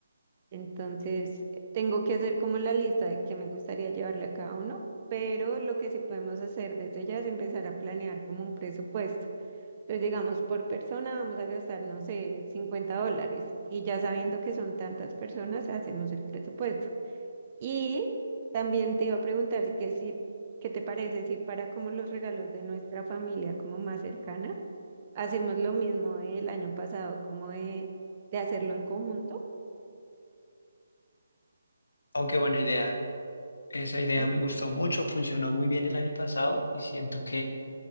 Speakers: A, on the right; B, on the left.
A: Entonces, eh, tengo que hacer como la lista de que me gustaría llevarle a cada uno, pero lo que sí podemos hacer desde ya es empezar a planear como un presupuesto. Entonces, digamos, por persona vamos a gastar, no sé, 50 dólares y ya sabiendo que son tantas personas, hacemos el presupuesto. Y también te iba a preguntar que si, ¿qué te parece si para como los regalos de nuestra familia como más cercana, hacemos lo mismo del año pasado, como de, de hacerlo en conjunto?
B: Oh, qué buena idea. Esa idea
A: ¿sí?
B: me gustó mucho, funcionó muy bien el año pasado y siento que,